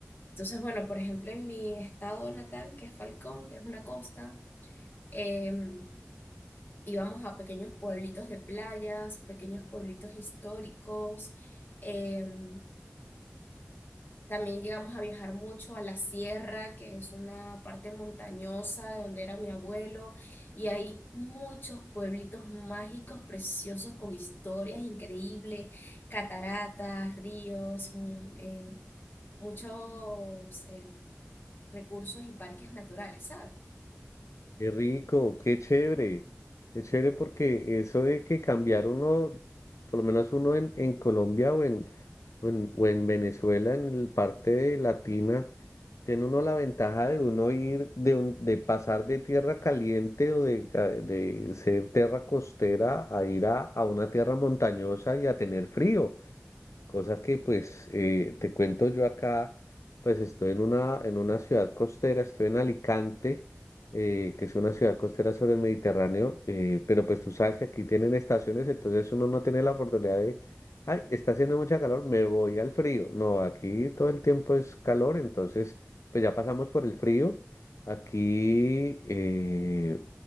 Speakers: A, on the left; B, on the left.
A: Entonces, bueno, por ejemplo, en mi estado natal, que es Falcón, es una costa, em, íbamos a pequeños pueblitos de playas, pequeños pueblitos históricos. em, también llegamos a viajar mucho a la sierra, que es una parte montañosa de donde era mi abuelo, y hay muchos pueblitos mágicos, preciosos, con historias increíbles, cataratas, ríos, mm, eh, muchos... eh, recursos y parques naturales, ¿sabes?
B: Qué rico, qué chévere, qué chévere porque eso de que cambiar uno, por lo menos uno en, en Colombia o en, o en, o en Venezuela, en el parte de latina, tiene uno la ventaja de uno ir, de, un- de pasar de tierra caliente o de, ca- de ser tierra costera a ir a, a una tierra montañosa y a tener frío. Cosa que pues eh, te cuento yo acá, pues estoy en una, en una ciudad costera, estoy en Alicante, eh, que es una ciudad costera sobre el Mediterráneo, eh, pero pues tú sabes que aquí tienen estaciones, entonces uno no tiene la oportunidad de, ay, está haciendo mucha calor, me voy al frío. No, aquí todo el tiempo es calor, entonces pues ya pasamos por el frío. Aquí eh,